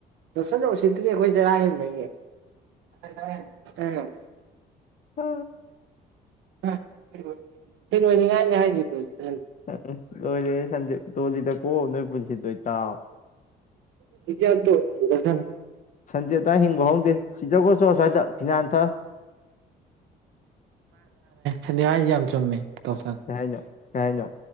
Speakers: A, on the right; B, on the left.
A: <unintelligible> ꯎꯁꯤꯠꯇ꯭ꯔꯤ ꯑꯈꫭꯏ ꯆꯔꯥ ꯍꯦꯟꯕꯒꯤ ꯑꯈꫭꯏ ꯆꯔꯥ ꯍꯦꯟꯕꯒꯤ
B: ꯑ
A: ꯎꯝ <unintelligible> ꯐꯅꯤ ꯉ ꯍꯥꯏꯗꯤ ꯇ
B: ꯇꯣ ꯇꯣꯜꯗ ꯑꯣꯣ ꯅꯣꯏ ꯄꯨꯟꯁꯤ ꯇ ꯏ ꯇꯥꯎ
A: ꯌꯥꯗꯊ
B: ꯁꯖꯦꯗ ꯍꯤꯡ ꯍꯗꯦ ꯁꯤꯖ ꯀꯁꯨꯣ ꯁꯋꯥꯗ ꯐꯤꯅꯥ ꯑꯟꯊ
A: ꯁꯟꯗꯤ ꯍꯥꯏꯁꯦ ꯌꯥꯝ ꯆꯨꯝꯃꯦ ꯇꯧꯁꯟ
B: ꯉꯥꯏ ꯉꯣ ꯀꯥꯏꯅꯣ